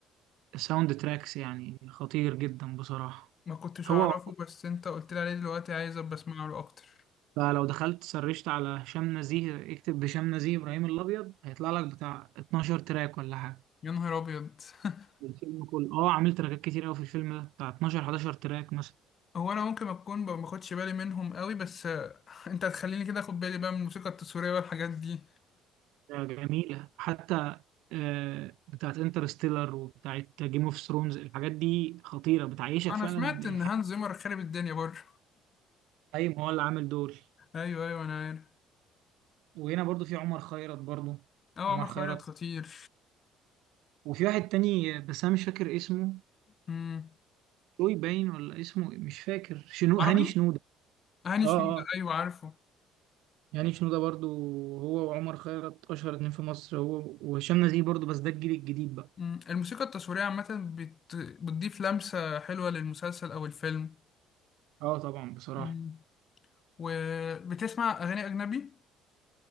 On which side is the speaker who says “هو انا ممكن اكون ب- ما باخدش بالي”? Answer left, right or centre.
Left